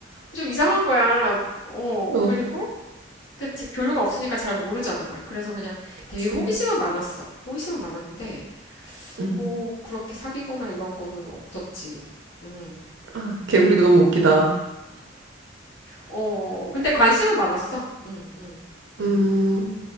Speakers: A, on the left (about 85°); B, on the right (about 75°).
A: 좀 이상한 거야. 어
B: 어,
A: 그리고 그 제- 교류가 없으니까 잘 모르잖아. 그래서 그냥 되게
B: 그치.
A: 호기심은 많았어. 호기심은 많았는데
B: 음.
A: 뭐 그렇게 사귀거나 이런 거는 없었지. 음.
B: 아, 개구리 너무 웃기다.
A: 어 근데 관심은 많았어. 음, 음.
B: 음,